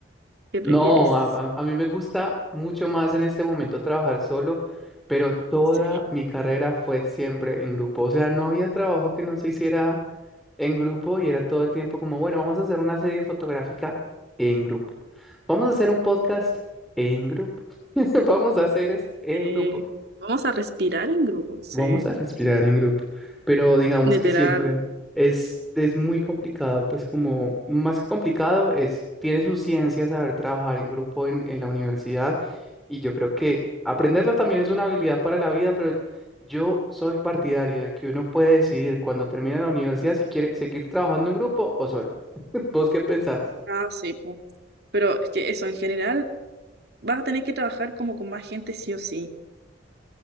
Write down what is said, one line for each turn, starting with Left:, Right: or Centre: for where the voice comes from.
Right: qué prefieres?
Centre: No, a, a- a mí me gusta mucho más en este momento trabajar solo, pero toda
Right: Sí.
Centre: mi carrera fue siempre en grupo. O sea, no había trabajo que no se hiciera en grupo y era todo el tiempo como, bueno, vamos a hacer una serie fotográfica en grupo. Vamos a hacer un podcast en grupo. <laughs> Vamos a hacer esto en
Right: Eh,
Centre: grupo.
Right: vamos a respirar en grupo, sí.
Centre: Vamos a respirar en grupo, pero digamos
Right: Literal.
Centre: que siempre es, es muy complicado, pues como más que complicado es, tiene su ciencia saber trabajar en grupo en, en la universidad y yo creo que aprenderlo también es una habilidad para la vida, pero yo soy partidario de que uno puede decidir cuando termina la universidad si quiere seguir trabajando en grupo o solo. <laughs> ¿Vos qué pensás?
Right: Ah, sí, po. Pero es que eso, en general, vas a tener que trabajar como con más gente sí o sí.